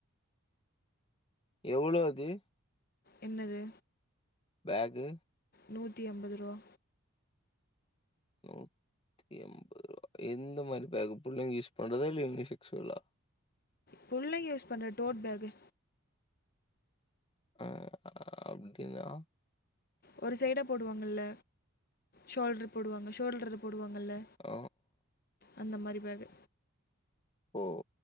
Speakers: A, on the left; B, on the left.
A: எவ்ளோ அது
B: என்னது
A: பேகு
B: நூத்தி அம்பதுருவா
A: நூத்தி ஐம்பத்ருவா எந்த மாரி பேகு புள்ளைங்க யூஸ் பண்றதா இல்ல யுனிசெக்ஸ்வலா
B: புள்ளைங்க யூஸ் பண்ற டோட்பேகு
A: அ அப்டினா
B: ஒரு சைடா போடுவாங்கள்ல ஷோல்ட்ரு போடுவாங்க ஷோல்டருல்ல போடுவாங்கல்ல
A: ஆ
B: அந்த மாரி பேகு
A: ஓ